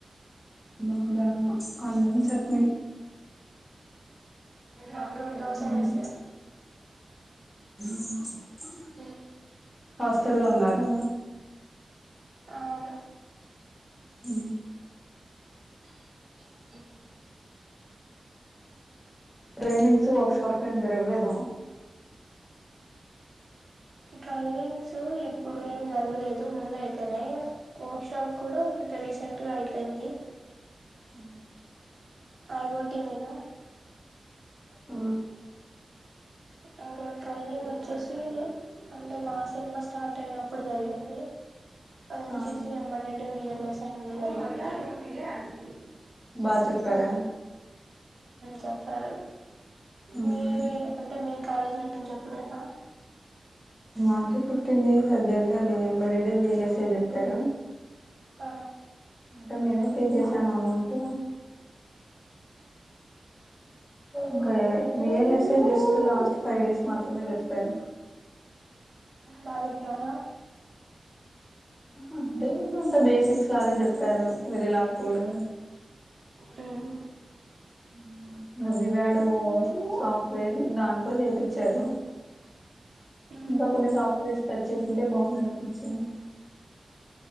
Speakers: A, on the left; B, on the right.
A: <unintelligible> అన్నం చట్నీ
B: నాక దోశ
A: ఉమ్
B: వేసారు
A: అ
B: అ
A: హాస్టల్ల్లో ఉన్నారా
B: అవును
A: అ
B: హ
A: ట్రైనింగ్స్ వర్క్షాప్స్ ఏం జరగలేద
B: ట్రైనింగ్స్ ఇప్పుడు ఏం జరగలేదు ముందు అయిపోయినాయి వర్క్ షాప్ కూడ అ రీసెంట్ గా అయిపోయింది
A: అ
B: ఐ ఒ టి మీద
A: ఆ
B: ఇంకా ట్రైనింగ్ వచ్చేసి అంటే మా సెమ్ స్టార్ట్ అయినప్పుడు జరిగింది అ వచ్చేసి
A: ఆ
B: <unintelligible>
A: బా చెప్పార
B: చెప్పారు
A: ఉమ్
B: మీరు అంటే మీరు కాలేజ్ లో నేను చెప్పలేద
A: మాకే ఫిఫటిన్ డేస్ అది ఎంబడడు వీల్ ఎస్ఏ చెప్పారు
B: ఆ
A: అంటే మేమే పే చేసాం అమౌంట్ ఇంకా VLSA just last five days మాత్రమే చెప్పారు
B: బాగ చెప్పినార
A: అంటే అంత బేసిక్స్ లాగే చెప్పారు వీరిలాగ్ కోడ్
B: మ్మ్
A: <unintelligible> సాఫ్ట్వేర్ దాంట్లో చేపిచ్చారు
B: మ్మ్
A: ఇంకా కొన్ని సాఫ్ట్వేర్స్ తెచ్చే అంటే బాగుందనిపించింది